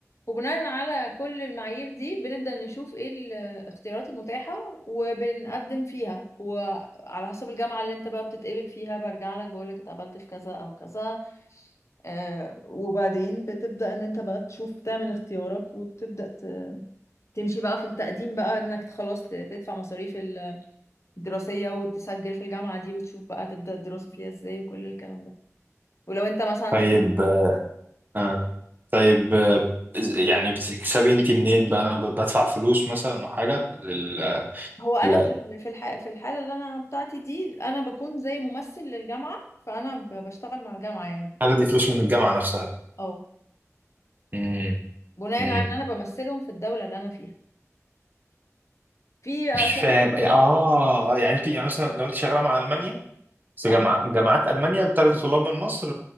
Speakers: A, on the left; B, on the right.
A: وبناء على كل المعايير دي بنبدأ نشوف ايه الاختيارات المتاحة وبنقدم فيها وعلى حسب الجامعة اللي انت بقى بتتقبل فيها برجع لك بقول لك اتقبلت في كذا او كذا آه وبعدين بتبدأ ان انت بقى تشوف تعمل اختيارك وتبدأ ت- تمشي بقى في التقديم بقى انك خلاص ت- تدفع مصاريف الدراسية وتسجل في الجامعة دي وتشوف بقى تبدأ الدراسة فيها ازاي وكل الكلام ده ولو انت مثلا
B: طيب
A: في
B: آه. طيب آه، يعني بتكسبي انت منين بقى انا ب- بدفع فلوس مثلا او حاجه لل...
A: هو انا
B: لا
A: في ال- في الح... في الحاله اللي انا بتاعتي دي انا بكون زي ممثل للجامعه فانا ب- بشتغل مع الجامعه يعني
B: اخدي فلوس من الجامعه نفسها
A: اه
B: مم.
A: بناء
B: مم.
A: على ان انا بمثلهم في الدوله اللي انا فيها في اساليب
B: مش فاهم
A: شغل
B: اه يعني انت يعني مثلا لو انت شغاله مع المانيا بس
A: اه
B: جامعة جامعات ألمانيا بتاخد طلاب من مصر